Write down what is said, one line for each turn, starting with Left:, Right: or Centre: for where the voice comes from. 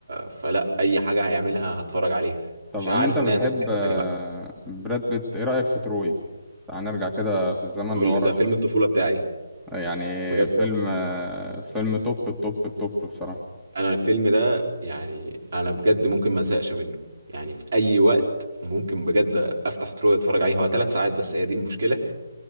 Right: فلا أي حاجة هيعملها هتفرج عليها
Centre: طب
Right: عشان
Centre: إن
Right: عارف
Centre: أنت بتحب
Right: إن هي هتبقى حلوة
Centre: آه،
Right: يعني بقى
Centre: براد بيت إيه رأيك في تروي؟ تعال نرجع كده في الزمن
Right: بقول
Centre: لورا
Right: ده
Centre: شوية
Right: فيلم الطفولة بتاعي
Centre: يعني
Right: بجد
Centre: فيلم آه، فيلم توب التوب التوب بصراحة
Right: انا الفيلم ده يعني انا بجد ممكن ما ازهقش منه يعني في اي وقت ممكن بجد افتح ترو اتفرج عليه هو ثلاث ساعات بس هي دي المشكله